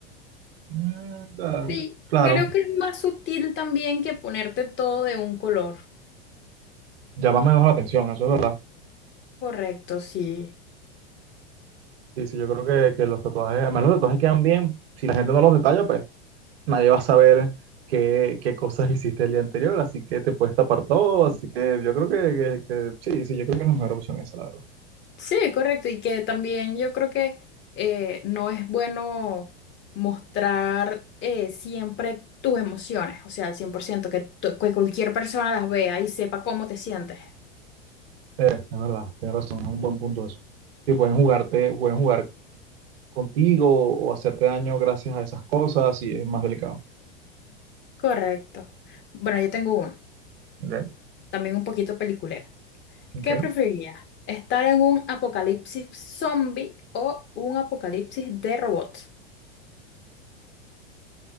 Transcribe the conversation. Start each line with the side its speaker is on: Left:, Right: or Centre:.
Right: Mm, claro,
Left: Sí,
Right: claro.
Left: creo que es más sutil también que ponerte todo de un color.
Right: Llamas menos la atención, eso es verdad.
Left: Correcto, sí.
Right: Sí, sí, yo creo que, que los tatuajes, además los tatuajes quedan bien. Si la gente no los detalla, pues nadie va a saber qué, qué cosas hiciste el día anterior, así que te puedes tapar todo, así que yo creo que, que- que- sí, sí, yo creo que es la mejor opción esa, la verdad.
Left: Sí, correcto. Y que también yo creo que eh, no es bueno mostrar eh, siempre tus emociones, o sea, al 100%, que, tu- que cualquier persona las vea y sepa cómo te sientes.
Right: Eh, es verdad, tienes razón, es un buen punto eso. Sí, pueden jugarte, pueden jugar contigo o hacerte daño gracias a esas cosas y es más delicado.
Left: Correcto. Bueno, yo tengo uno,
Right: Ok,
Left: también un poquito peliculera.
Right: ok.
Left: ¿Qué preferirías? ¿Estar en un apocalipsis zombie o un apocalipsis de robots?